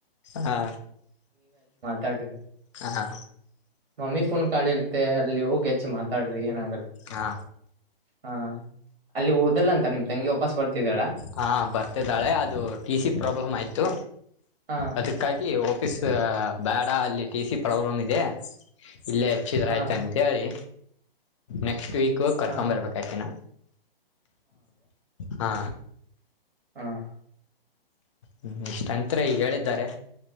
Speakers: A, on the left; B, on the right.
A: ಹಾ
B: ತಡೆದಿ
A: ಹಾ
B: ಮೊಮ್ಮಿ ಫೋನ್ ಕಾಲಿರುತ್ತೆ. ಅಲ್ಲಿ ಹೋಗಿ ಹಚ್ಚಿ ಮಾತಾಡ್ರಿ ಏನ್ ಆಗಲ್ಲಾ
A: ಹಾ
B: ಹಾ. ಅಲ್ಲಿ ಓದಲ್ಲ ಅಂತ ನಿಮ್ ತಂಗಿ ವಾಪಸ್ ಬರ್ತಿದಾಳ
A: ಹಾ ಬರ್ತಿದಾಳೆ ಅದು ಟಿ ಸಿ ಪ್ರಾಬ್ಲಮ್ ಆಯ್ತು.
B: ಹಾ
A: ಅದಕ್ಕಾಗಿ ಓಫೀಸ್ ಬೇಡ ಅಲ್ಲಿ ಟಿ ಸಿ ಪ್ರಾಬ್ಲಮ್ ಇದೆ. ಇಲ್ಲೇ ಹಚ್ಚಿದ್ರ
B: ಹಾ
A: ಐತೆ ಅಂತೇಳಿ ನೆಕ್ಸ್ಟ್ ವೀಕ್ ಕರ್ಕೊಮ್
B: ಹಾ
A: ಬರ್ಬೇಕ ಆಕಿನ. ಹಾ.
B: ಹ್ಮ್
A: ಹ್ಮ ಇಷ್ಟಂತ್ರ ಈಗ ಹೇಳಿದ್ದಾರೆ